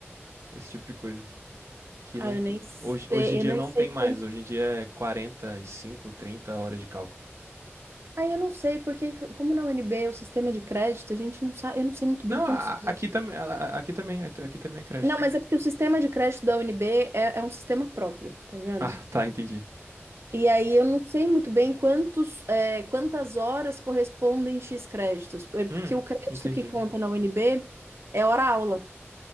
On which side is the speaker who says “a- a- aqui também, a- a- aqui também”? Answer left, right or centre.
Right